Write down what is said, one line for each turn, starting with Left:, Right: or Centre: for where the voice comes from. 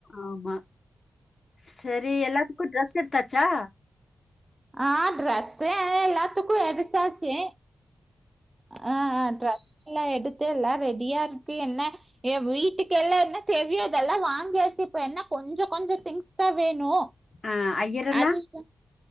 Left: ஆமா சரி எல்லாத்துக்கு டிரெஸ் எடுத்தாச்சா
Right: ஆ ட்ரெஸ்ஸ எல்லா எல்லாத்துக்கு எடுத்தாச்சு ஆ ஆ ட்ரஸ்ல்லா எடுத்து எல்லா ரெடியா இருக்கு என்ன ஏ வீட்டுக்கு எல்லா என்ன தெவையோ அது எல்லா வாங்கியாச்சு இப்ப என்ன கொஞ்சோ கொஞ்சோ திங்ஸ் தா வேணு
Left: ஆ அய்யர்ரல்லா
Right: அது இது